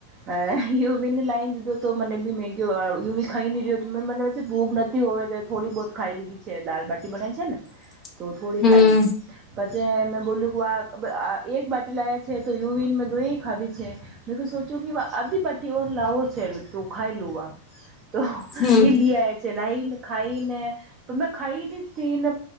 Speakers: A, on the right; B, on the left.
A: હે અ યો ને લાઇને દીધો તો મને બી મેગ્યો યોવી ખાઈ ની રહ્યો તોમેં મને ભૂગ નથી હોય તો થોડી બહુ ખાઈ લીધી છે જે દાલબાટી બનાઇ છે ને
B: <inaudible>
A: તો થોડી
B: હમ
A: ખાઈ લીધી પછે મેં બોલ્યું કે આ એક બાટી લાયા છે તો યુવન મેં દોઇન ખાધી છે મે તો કોઈ સોચ્યું કે વા આધી બાટી ઓર લાવો છે તો ખાઈ લુંવા તો
B: હમ
A: એ લિયા ચલાઇન ખાઈને તો મેં ખાઈ પીન